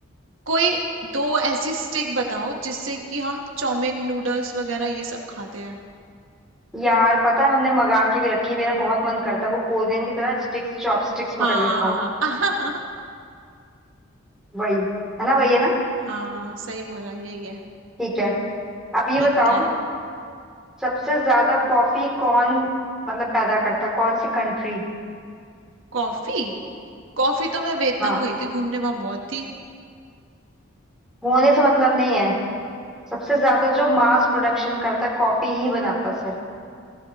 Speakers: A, on the right; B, in the centre.
A: कोई दो ऐसी स्टिक बताओ जिससे कि हम चाउमीन नूडल्स वगैरह ये सब खाते हैं
B: यार पता है हमने मंगा के भी रखी मेरा बहुत मन करता है वो कोरियन की तरह स्टिक्स चॉपस्टिक्स पकड़
A: हाँ
B: के खाओ
A: हाँ <laughs>
B: वही है ना वही है ना
A: हाँ सही बोला यही है
B: ठीक है अब ये
A: ठीक
B: बताओ
A: है
B: सबसे ज्यादा कॉफी कौन मतलब पैदा करता है कौन सी कंट्री
A: कॉफी कॉफी तो मैं वियतनाम
B: हाँ
A: गई थी घूमने वहां बहुत थी
B: होने से मतलब नहीं है सबसे ज्यादा जो मास प्रोडक्शन करता है कॉफी ही बनाता है सर